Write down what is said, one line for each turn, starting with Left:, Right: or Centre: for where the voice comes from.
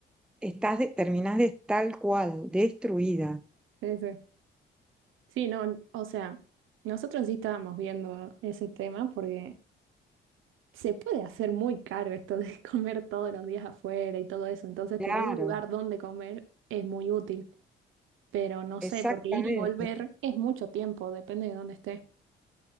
Centre: Estás de- terminás de tal cual, destruida.
Right: Sí, sí. Sí, no, o sea, nosotros sí estábamos viendo ese tema porque se puede hacer muy caro esto de <laughs> comer todos los días afuera y todo eso, entonces
Centre: Claro,
Right: tener un lugar donde comer es muy útil, pero no
Centre: exactamente.
Right: sé, porque ir y volver es mucho tiempo, depende de dónde esté.